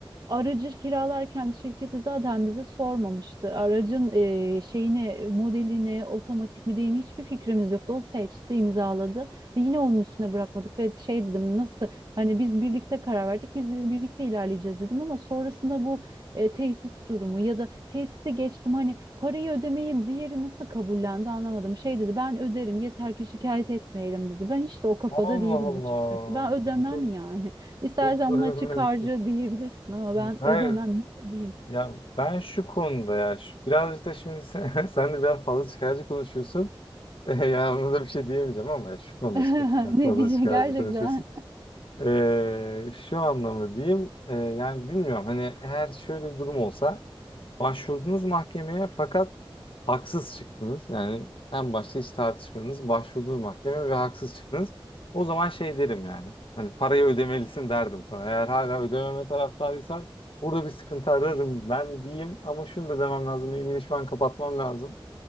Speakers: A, on the right; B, on the left.
A: Aracı kiralarken şirketi zaten bize sormamıştı. Aracın e, şeyini, modelini, otomatik mi değil mi hiçbir fikrimiz yoktu. O seçti, imzaladı. Ve yine onun üstüne bırakmadık ve şey dedim nasıl hani biz birlikte karar verdik, biz birlikte ilerleyeceğiz dedim ama sonrasında bu e, tehdit durumu ya da tehdidi geçtim hani parayı ödemeyi diğeri nasıl kabullendi anlamadım. Şey dedi ben öderim yeter ki şikayet etmeyelim dedi. Ben hiç de o kafada
B: Allah
A: değilim
B: Allah.
A: açıkçası. Ben ödemem
B: Çok,
A: yani. İstersen
B: çok <laughs> garip.
A: buna açık harca diyebilirsin ama
B: Ya,
A: ben
B: Hayır.
A: ödemem. Ne ödeyeyim?
B: Ya ben şu konuda ya şu- birazcık da şimdi sen, <laughs> sen de biraz fazla çıkarcı konuşuyorsun. <laughs> Yani ona da bir şey diyemeyeceğim ama ya şu konuda
A: <laughs>
B: çık- biraz
A: Ne
B: fazla
A: diyecek
B: çıkarcı
A: gerçekten?
B: konuşuyorsun. Ee, şu anlamı diyeyim ee, yani bilmiyorum hani eğer şöyle bir durum olsa başvurdunuz mahkemeye fakat haksız çıktınız yani en başta hiç tartışmanız başvurdunuz mahkemeye ve haksız çıktınız o zaman şey derim yani hani parayı ödemelisin derdim sana eğer hala ödememe taraftarıysan burada bir sıkıntı ararım ben diyeyim ama şunu da demem lazım benim işi ben kapatmam lazım